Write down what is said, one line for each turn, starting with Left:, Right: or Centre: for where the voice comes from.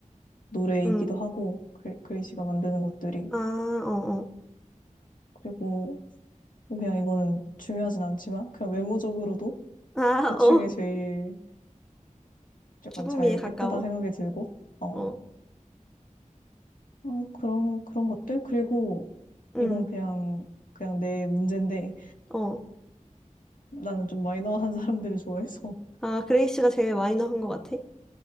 Left: 노래이기도
Centre: 응.
Left: 하고, 그레, 그레이시가 만드는 것들이.
Centre: 아, 어, 어.
Left: 그리고 뭐 그냥 이거는 중요하진 않지만 그냥 외모적으로도
Centre: 아,
Left: 대충이
Centre: 어.
Left: 제일 약간
Centre: 죽음이에
Left: 잘
Centre: 가까워.
Left: 예쁘다 생각이 들고 어
Centre: 어.
Left: 어, 그런 그런 것들 그리고
Centre: 응.
Left: 이건 그냥 그냥 내 문제인데
Centre: 어.
Left: 나는 좀 마이너한 사람들을 좋아해서
Centre: 아, 그레이시가 제일 마이너한 것 같아?